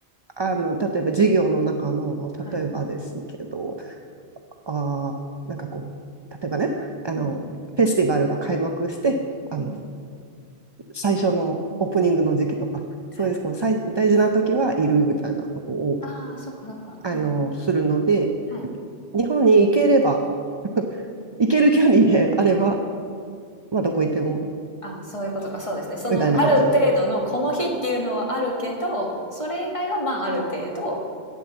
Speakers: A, on the right (about 30°); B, on the left (about 30°).
A: あの、例えば授業の中の、
B: はい。
A: 例えばですけど、あー、なんかこう、例えばね、あの、
B: うん
A: フェスティバルが開幕して、あの、
B: うん。
A: 最初のオープニングの時期とか、
B: はい。
A: そういう、こう、最、大事な時はいるみたいなことを、
B: ああ、そっかそっか。
A: あの、
B: はい。
A: するので、
B: はい。
A: 日本に行ければ、<laughs> 行ける距離であれば、
B: はい。
A: まあ、どこ行っても、
B: あ、そういうことか、そうですね。そのある程度のこの日っていうのはあるけど、
A: みたいなことです。
B: それ以外はまあある程度